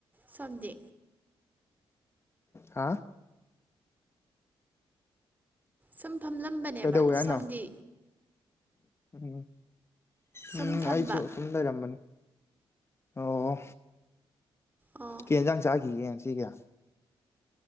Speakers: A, on the right (about 20°); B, on the left (about 25°).
A: ꯁꯣꯝꯗꯤ
B: ꯍꯥꯥ
A: ꯁꯨꯝ ꯐꯝꯂꯝꯕꯅꯦꯕ
B: ꯍꯥ ꯀꯩꯗꯧꯋꯦ ꯍꯥꯏꯅꯣ
A: ꯁꯣꯝꯗꯤ
B: ꯎꯝ
A: ꯁꯨꯝ
B: ꯎꯝ
A: ꯐꯝꯕ
B: ꯑꯩꯁꯨ ꯁꯝ ꯂꯩꯔꯝꯕꯅꯤ ꯑꯣ
A: ꯑꯣ
B: ꯀꯩ ꯌꯦꯟꯖꯥꯡ ꯆꯥꯈꯤꯒꯦ ꯉꯥꯁꯤꯒꯤ